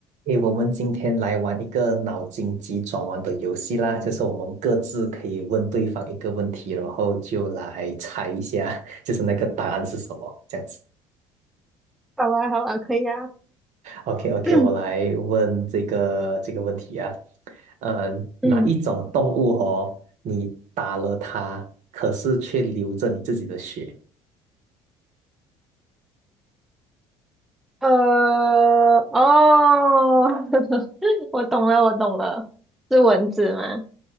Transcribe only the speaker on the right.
诶，我们今天来玩一个脑筋急转弯的游戏啦，就是我们各自可以问对方一个问题，然后就来猜一下，<laughs> 就是那个答案是什么，这样子。
OK OK，
我来问这个这个问题啊，呃，哪一种动物哦，
你打了它，可是却流着你自己的血？